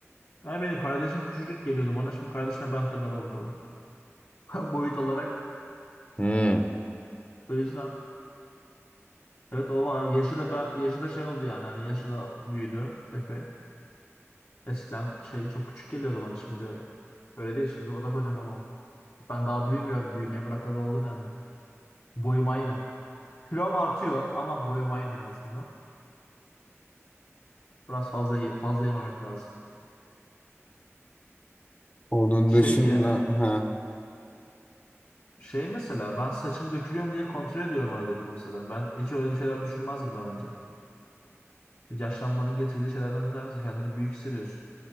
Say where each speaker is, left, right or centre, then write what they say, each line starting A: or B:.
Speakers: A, on the left; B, on the left.
A: Yani benim kardeşim küçücük geliyordu bana. Şimdi kardeşine ben kadar oldu. <laughs> Boyut olarak.
B: Hmm.
A: O yüzden. Evet o var. Yaşı da ben, yaşı da şey oldu yani. Hani yaşı da büyüdü epey. Eskiden şey çok küçük geliyordu bana şimdi. Öyle değil şimdi. O da kocaman oldu. Ben daha büyümüyorum. Büyümeye bırakalı oldum ben de. Boyum aynı. Kilom artıyor ama boyum aynı en azından. Biraz fazla ye- fazla yememek lazım.
B: Onun
A: Şey
B: dışında
A: ya.
B: ha
A: Şey mesela ben saçım dökülüyor mu diye kontrol ediyorum arada bir mesela. Ben hiç öyle şeyler düşünmezdim daha önce. Bir yaşlanmanın getirdiği şeylerden bir tanesi kendini büyük hissediyorsun.